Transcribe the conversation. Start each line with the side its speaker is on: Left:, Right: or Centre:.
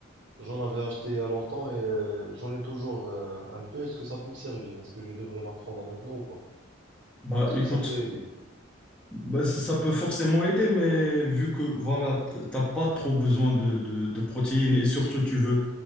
Right: J'en avais acheté il y a longtemps et euh, j'en ai toujours euh, un peu. Est-ce que ça peut me servir? Est-ce que je devrais la prendre maintenant ou pas?
Centre: Bah
Right: Est-ce que
Centre: écoute,
Right: ça peut aider?
Centre: bah, ça, ça peut forcément aider, mais vu que voilà, t- t'as pas trop besoin de, de, de protéines et surtout tu veux,